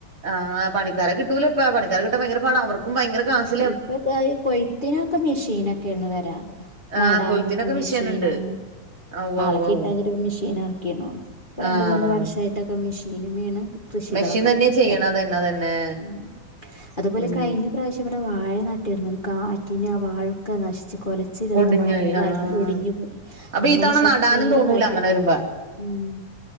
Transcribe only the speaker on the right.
ആഹ് പണിക്കാര കിട്ടൂല ഇപ്പ പണിക്കാര കിട്ടാ ഭയങ്കര പാട അവർക്കും ഭയങ്കര ക്യാഷ്
ആഹ്
കൊയ്ത്തിനൊക്കെ
മിഷീൻ ഉണ്ട് ഉവ്വ്
ഉവ്വ്
ഉവ്വ്
ആഹ്
മെഷീൻ തന്നെയാ
ചെയ്യണത് അതന്നെ അതന്നെ
ഉം
ഒടിഞ്ഞോയി
ആഹ്
അപ്പൊ
ഈ തവണ
നടാനും തോന്നൂല
അങ്ങനെ വരുമ്പോ